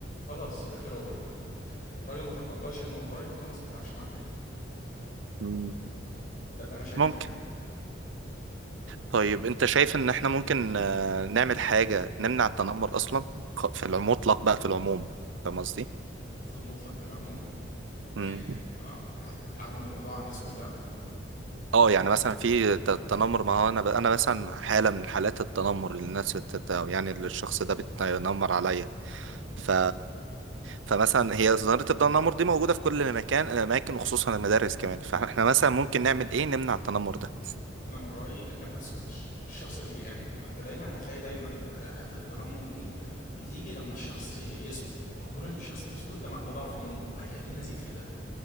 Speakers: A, on the left; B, on the right.
A: خلاص يبقى خير وبركة الراجل ما تقبلش الموضوع يبقى خلاص ما تلعبش معاه تاني
B: مم.
A: ده اللي انا شايفه
B: ممكن
A: يعني
B: طيب انت شايف ان احنا ممكن آه، نعمل حاجة نمنع التنمر اصلا خ- في المطلق بقى في العموم فاهم قصدي
A: في المطلق في العموم يعني
B: مم.
A: آه، هتعمم الموضوع على الناس كلها
B: اه يعني مثلا في ت- التنمر ما هو انا ب... انا مثلا حالة من حالات التنمر اللي الناس بتت... يعني اللي الشخص ده بيتنمر عليا ف... فمثلا هي ظاهرة الضوء النمر دي موجودة في كل مكان الأماكن وخصوصا المدارس كمان فاحنا مثلا ممكن نعمل إيه نمنع التنمر ده <laughs>
A: انا من رايي انك ما تسكتش الشخص اللي بي... يعني انت دايما هتلاقي دايما آه، حته التنمر دي بتيجي لما الشخص ي- يسكت ما هو كون ان الشخص بيسكت ده ده ضعف منه هيخليني ازيد في ده